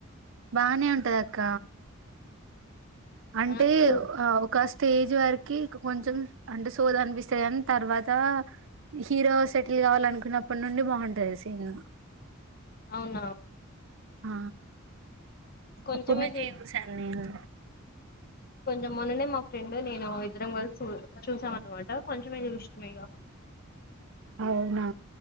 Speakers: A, on the right; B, on the left.
A: బానే ఉంటదక్క అంటే
B: ఆ చూ
A: ఆ ఒక స్టేజ్ వరకి ఇక కొంచం అంటే సోద అనిపిస్తది కానీ తర్వాత హీరో సెటిల్ కావాలనుకున్నప్ అప్పటి నుండి బాగుంటంది సీన్
B: అవునా
A: ఆ
B: కొంచమే
A: అప్పుడు నుంచే
B: చూ
A: చూసాను నేను
B: కొంచెం మొన్ననే మా ఫ్రెండ్ నేను ఇద్దరం కలిసి చూ చూసాం అనమాట కొంచెమే చూసినం ఇగ
A: అవునా